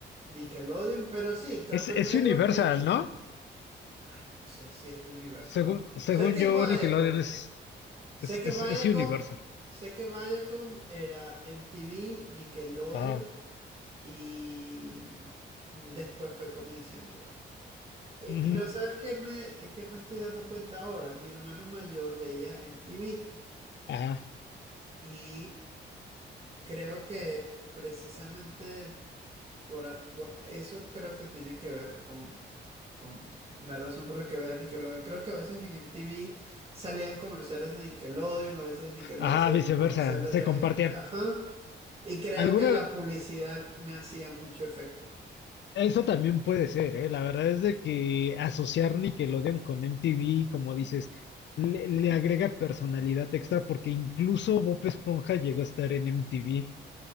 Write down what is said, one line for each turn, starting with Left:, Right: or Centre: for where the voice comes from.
Right: Nickelodeon. Pero sí, Cartoon
Left: Es, es
Right: Network
Left: Universal,
Right: tenía.
Left: ¿no?
Right: Ay, no sé si es de Universal
Left: Según,
Right: o no.
Left: según
Right: Sé que
Left: yo,
Right: es Viacom.
Left: Nickelodeon es,
Right: Sé
Left: es, es,
Right: que Viacom,
Left: es Universal.
Right: sé que Viacom era MTV, Nickelodeon
Left: Ajá.
Right: y después fue Comedy Central. Eh,
Left: Ujú.
Right: pero ¿sabes qué me, qué me estoy dando cuenta ahora? Mi hermano mayor veía MTV
Left: Ajá.
Right: y creo que precisamente Por, a- por- eso creo que tiene que ver con, con la razón por la que vean Nickelodeon. Creo que a veces en MTV salían comerciales de Nickelodeon, a veces en Nickelodeon
Left: Ajá,
Right: salían
Left: viceversa.
Right: comerciales
Left: Se
Right: de...
Left: compartían.
Right: de- Ajá. Y creo
Left: ¿Alguna,
Right: que la publicidad me hacía mucho efecto.
Left: Eso también puede ser, ¿eh? La verdad es de que asociar Nickelodeon con MTV, como dices, le, le agrega personalidad extra porque incluso Bob Esponja llegó a estar en MTV